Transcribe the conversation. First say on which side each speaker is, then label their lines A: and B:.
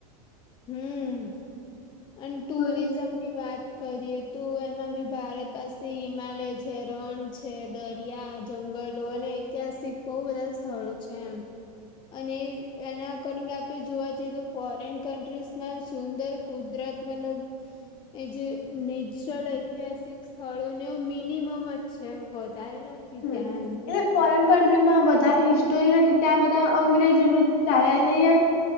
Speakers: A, on the left; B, on the left.
A: હમ્મ અને ટુરિઝમ
B: છે હમ
A: ની વાત કરીએ તો એમાં બી ભારત પાસે હિમાલય છે રણ છે દરિયા જંગલો અને ઐતિહાસિક બહુ બધા સ્થળો છે એમ. અને એના અકોર્ડિંગ આપે જોવા જઈએ તો ફોરેન કન્ટ્રીસમાં સુંદર કુદરત મતલબ એ જે નેચરલ ઐતિહાસિક સ્થળો ને એ મિનિમમ જ છે એમ વધારે નથી.
B: હમ્મ
A: ત્યાં એમ
B: એ ફોરેન કન્ટ્રીમાં વધારે હિસ્ટોરી નથી ત્યાં બધા અંગ્રેજ નું ચાલે ને અહીંયા